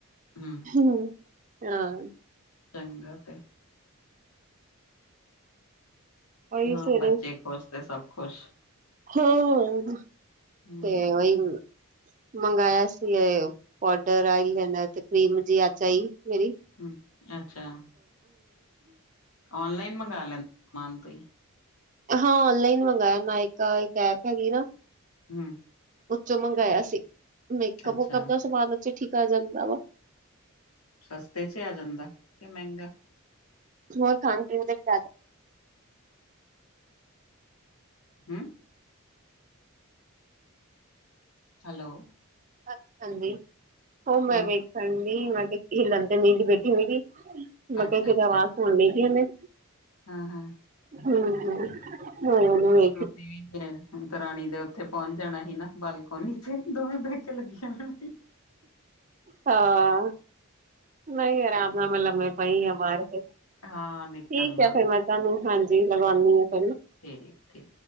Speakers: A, on the left; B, on the right.
A: ਹੂ,,,
B: ਹੂ ਹਾਂ
A: ਚੰਗਾ ਤੇ
B: ਓਈ
A: ਹਾਂ
B: ਸਵੇਰੇ
A: ਬੱਚੇ ਖੁਸ਼ ਤੇ ਸਭ ਖੁਸ਼
B: ਹਾਂ
A: ਹੂੰ।
B: ਤੇ ਐਵੇਂ ਹੁਣ ਮੰਗਾਇਆ ਸੀ ਇਹ ਪੋਡਰ, ਆਇਲੇਨਰ ਤੇ ਕਰੀਮ ਜੀ ਆਚਾਈ ਮੇਰੀ-
A: ਹੂ ਅੱਛਾ ਔਨਲਾਈਨ ਮੰਗਵਾ ਲੈਂਦੇ ਸਮਾਨ ਤੁਸੀਂ
B: ਹਾਂ ਔਨਲਾਈਨ ਮੰਗਇਆ ਨਾਇਕਾ ਇੱਕ ਐਪ ਹੈਗੀ ਨਾ।
A: ਹੂੰ।
B: ਉੱਚੋਂ ਮੰਗਾਇਆ ਸੀ ਮੇਕਅਪ
A: ਅੱਛਾ
B: ਮੁਕਪ ਦਾ ਸਮਾਨ ਉੱਚੋਂ ਠੀਕ ਆ ਜਾਂਦਾ ਵਾ
A: ਸਸਤੇ ਚ ਆ ਜਾਂਦਾ, ਕੇ ਮਹਿੰਗਾ?
B: ਹੋਰ ਖਾਣ ਪੀਣ ਦਾ ਜ਼ਿਆਦਾ।
A: ਹੂ,,, ਹੈਲੋ।
B: ਅੱਛਾ ਜੀ ਹੋ ਮੈਂ
A: ਹੂੰ
B: ਵੇਖਣ ਮੈਂ ਕਿਹਾ ਲੰਡਨ ਤੇ ਦੀ ਬੇਟੀ ਮੇਰੀ ਮੈਂ
A: ਅੱਛਾ
B: ਕਿਹਾ ਕਿਤੇ
A: ਅੱਛਾ
B: ਆਵਾਜ਼ ਸੁਣ ਲਈ ਇੰਨੇ।
A: ਹਾਂ ਹਾਂ।
B: ਹੂ,,, ਹਾਂ <unintelligible> <unintelligible>
A: ਕੋ <unintelligible> <unintelligible> ਦਰਾਣੀ ਦੇ ਉੱਥੇ ਪਹੁੰਚ ਜਾਣਾ ਸੀ ਨਾ ਬਾਲਕੋਨੀ ਚ ਦੋਵੇਂ ਬਹਿ ਕੇ ਲੱਗੀਆਂ ਰਣਾ ਸੀ
B: ਹਾਂ, ਨਹੀਂ ਅਰਾਮ ਨਾਲ ਮੈਂ ਲੰਮੇ ਪਈ ਆ ਬਾਹਰ ਕੇ ਠੀਕ
A: ਹਾਂ ਨਿਕਲਣਾ
B: ਹੈ ਫਿਰ ਮੈਂ ਤੁਹਾਨੂੰ ਹਾਂਜੀ ਕਰਵਾਂਦੀ ਹਾਂ ਕੱਲ
A: ਠੀਕ ਹੈ।